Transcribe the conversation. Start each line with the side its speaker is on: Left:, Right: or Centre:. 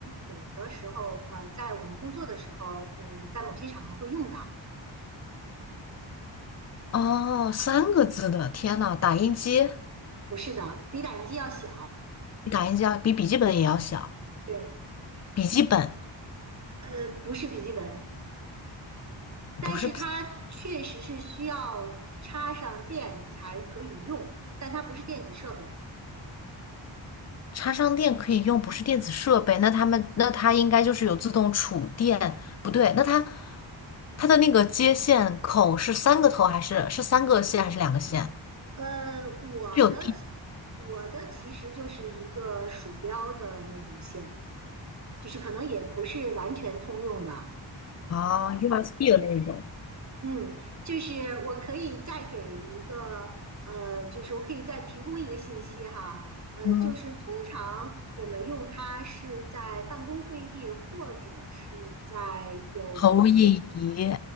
Right: 有的时候呃，在我们工作的时候，呃，在某些场合会用到。
Left: 哦，三个字的，天呐，打印机
Right: 不是的，比打印机要小，
Left: 比打印机要比笔记本也要小，
Right: 对，
Left: 笔记本
Right: 呃，不是笔记本，但是它确实是需要插上电才可以用，
Left: 不是笔
Right: 但它不是电子设备。
Left: 插上电可以用，不是电子设备，那他们那它应该就是有自动储电，不对，那它它的那个接线口是三个头还是是三个线还是两个线？
Right: 呃，我的
Left: 是有。
Right: 我的其实就是一个鼠标的那种线，就是可能也不是完全通用的，
Left: 哦，USB 的那一种，
Right: 嗯，就是我可以再给一个呃，就是我可以再提供一个信息哈，呃，
Left: 嗯，
Right: 就是通常我们用它是在办公会议或者是在有
Left: 投影仪、